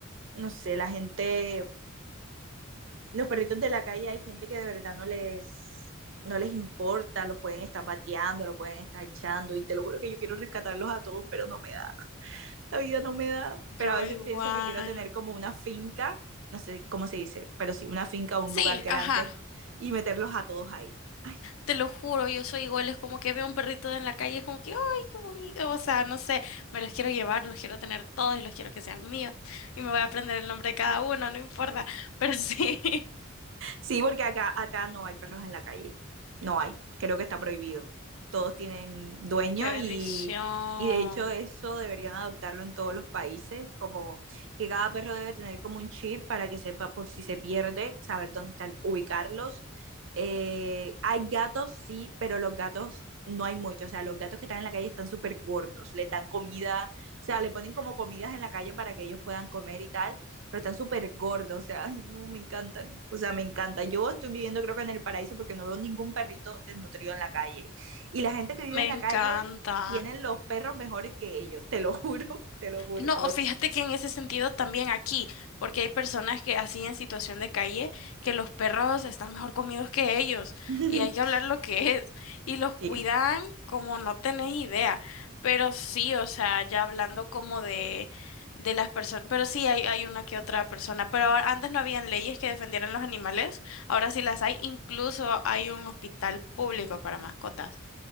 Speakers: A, on the right; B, on the left.
A: no sé, la gente los perritos de la calle hay gente que de verdad no les, no les importa, los pueden estar pateando, los pueden estar echando y te lo juro que yo quiero rescatarlos a todos, pero no me da, la vida no me da. Pero
B: yo
A: a veces
B: igual,
A: pienso que quiero tener como una finca, no sé cómo se dice, pero sí, una finca o
B: sí,
A: un lugar grande
B: ajá.
A: y meterlos a todos ahí. Ay,
B: Te lo juro, yo soy igual, es como que veo un perrito en la calle, es como que, ¡ay, qué bonito! O sea, no sé, me los quiero llevar, los quiero tener todos y los quiero que sean míos. Y me voy a aprender el nombre de cada uno, no importa. Pero sí,
A: Sí, porque acá, acá no hay perros en la calle. No hay. Creo que está prohibido. Todos tienen dueño
B: <laughs> qué bendición.
A: y, y de hecho eso deberían adoptarlo en todos los países, como que cada perro debe tener como un chip para que sepa por si se pierde, saber dónde están, ubicarlos. Eh, hay gatos, sí, pero los gatos no hay mucho. O sea, los gatos que están en la calle están súper gordos, les dan comida, o sea, le ponen como comidas en la calle para que ellos puedan comer y tal pero están súper gordos, o sea, ay, no, me encantan, o sea, me encanta. Yo estoy viviendo creo que en el paraíso porque no veo ningún perrito desnutrido en la calle. Y la gente que vive
B: Me
A: en la
B: encanta.
A: calle tienen los perros mejores que ellos, te lo <laughs> juro, te lo juro,
B: No,
A: te lo juro.
B: fíjate que en ese sentido también aquí, porque hay personas que así en situación de calle, que los perros están mejor comidos que ellos
A: <laughs>
B: y hay que hablar lo que es y los cuidan
A: Sí,
B: como no tenés idea, pero sí, o sea, ya hablando como de, de las personas, pero sí hay, hay una que otra persona, pero ahora- antes no habían leyes que defendieran los animales, ahora sí las hay, incluso hay un hospital público para mascotas,